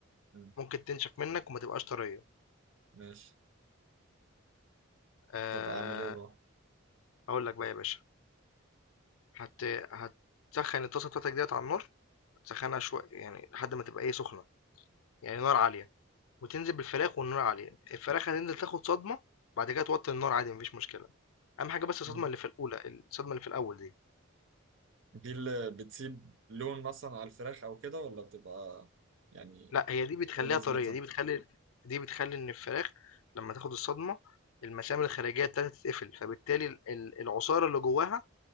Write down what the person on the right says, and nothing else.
مم.
ماشي
طب اعمل ايه بقى
مم.
دي اللي بتسيب لون مثلا على الفراخ او كده ولا بتبقى يعني
ايه لازمتها